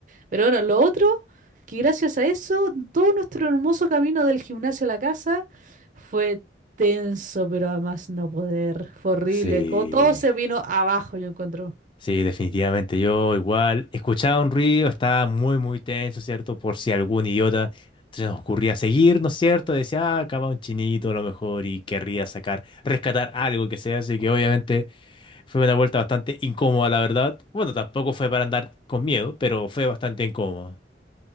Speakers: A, on the right (about 45°); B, on the left (about 30°).
A: Pero bueno, lo otro, que gracias a eso, todo nuestro hermoso camino del gimnasio a la casa fue tenso, pero además no poder. Fue horrible.
B: Sí,
A: Como todo se vino abajo, yo encuentro.
B: sí, definitivamente. Yo igual escuchaba un ruido, estaba muy, muy tenso, ¿cierto? Por si algún idiota se nos ocurría seguir, ¿no es cierto? Decía, ah, acá va un chinito a lo mejor y querría sacar, rescatar algo que sea. Así que obviamente fue una vuelta bastante incómoda, la verdad. Bueno, tampoco fue para andar con miedo, pero fue bastante incómoda.